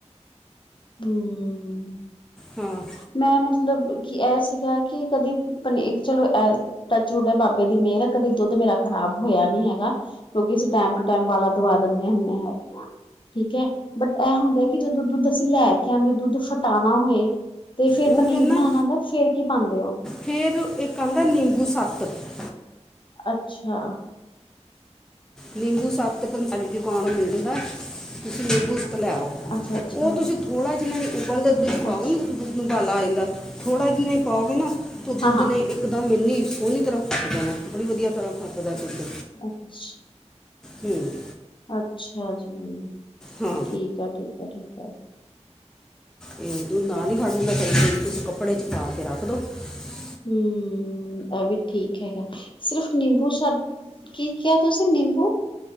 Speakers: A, on the left; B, in the centre.
A: ਹਮ!
B: ਹਾਂ।
A: ਮੈਂ ਮਤਲਬ ਕਿ, ਇਹ ਸੀਗਾ ਕਿ, ਕਦੀ ਪਨੀ ਚਲੋ ਇਹ ਟੱਚ ਹਡਾ ਬਾਬੇ ਦੀ ਮੇਰਾ ਕਦੀ ਦੁੱਧ ਮੇਰਾ ਖਰਾਬ ਹੋਇਆ ਨੀ ਹੈਗਾ, ਕਿਉਂਕਿ ਅਸੀਂ ਟੈਮ ਟੂ ਟਾਈਮ ਵਾਲਾ ਦਵਾ ਦਿੰਨੇ ਹੁੰਨੇ ਹੈਗੇ ਆਂ। ਠੀਕ ਐ! ਬਟ ਇਹ ਹੁੰਦਾ ਕਿ ਜਦੋਂ ਦੁੱਧ ਅਸੀਂ ਲੈ ਕੇ ਆਉਨੇ ਦੁੱਧ ਫਟਾਉਨਾ ਹੋਏ ਤੇ ਫੇਰ
B: ਉਹ
A: ਪਨੀਰ
B: ਫੇਿਰ ਨਾ,
A: ਬਣਾਉਣਾ ਆਉਂਦਾ ਫੇਰ ਕੀ ਪਾਉਂਦੇ ਹੋ
B: ਫੇਰ ਇੱਕ ਆਹਦਾ ਨਿੰਬੂ ਸੱਤ <unintelligible>
A: ਅੱਛਾ।
B: ਨਿੰਬੂ ਸੱਤ ਪੰਤਾਲੀ ਦੁਕਾਨ ਮਿਲ ਜਾਂਦਾ, ਤੁਸੀਂ ਨਿੰਬੂ ਲੈਓ
A: ਅੱਛਾ ਅੱਛਾ
B: ਓ ਤੁਸੀਂ ਥੋੜਾ ਜਿਹਾ ਵੀ ਉਬਲਦੇ ਦੁੱਧ ਚ ਪਾਓਗੇਂ,
A: ਅੱਛਾ
B: ਦੁੱਧ ਨੂੰ ਗਾਲਾ ਆ ਜਾਂਦਾ। ਥੋੜਾ ਜਹੀਨ ਹੀ ਪਾਓਗੇ ਨਾ ਤ
A: ਹਾਂ
B: ਦੁੱਧ
A: ਹਾਂ
B: ਨੇ ਇੱਕਦਮ ਮੰਨੀ ਸੋਹਣੀ ਤਰ੍ਹਾਂ ਫੱਟਦਾ ਨਾ, ਬੜੀ ਵਧੀਆ ਤਰ੍ਹਾਂ ਫੱਟਦਾ ਦੁੱਧ।
A: ਅੱਛਾ!
B: ਹਮ। <inaudible>
A: ਅੱਛਾ ਜੀ,
B: ਹਾਂ
A: ਠੀਕ ਆ, ਠੀਕ ਆ, ਠੀਕ ਆ।
B: ਇਹ ਤੂੰ ਨਾਲ ਹੀ ਫੜ ਦਿੰਦਾ ਚਰਨ ਦੇ, ਵੀ ਤੁਸੀਂ ਕੱਪੜੇ ਚ ਪਾ ਕੇ ਰੱਖ ਦੋ। <unintelligible>
A: ਹਮ! ਇਹ ਵੀ ਠੀਕ ਹੈਗਾ। ਸਿਰਫ਼ ਨਿੰਬੂ ਸਾਡ ਕੀ ਕਿਹਾ ਤੁਸੀਂ ਨਿੰਬੂ